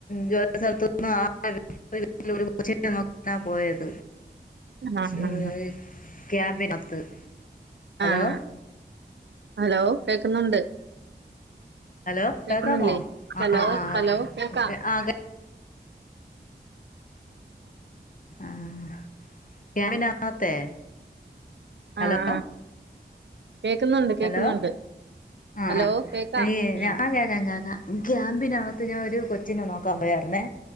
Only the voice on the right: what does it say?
ആഹ് ആഹ്
ആഹ് ഹലോ കേക്കുന്നുണ്ട്
കേക്കുന്നില്ലേ
ഹലോ
ഹലോ
കേക്കാ
ആഹ് ആഹ് കേക്കുന്നുണ്ട് കേക്കുന്നുണ്ട്
ഹലോ
കേക്കാം
ഉം